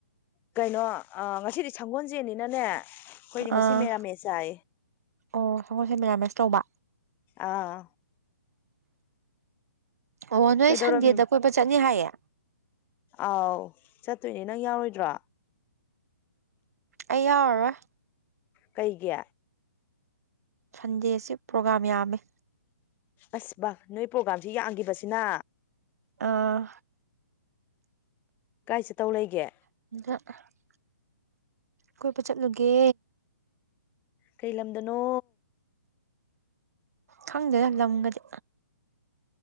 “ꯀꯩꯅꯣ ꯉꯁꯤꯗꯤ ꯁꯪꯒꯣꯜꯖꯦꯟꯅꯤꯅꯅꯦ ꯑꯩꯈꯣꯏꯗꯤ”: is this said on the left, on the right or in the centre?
Left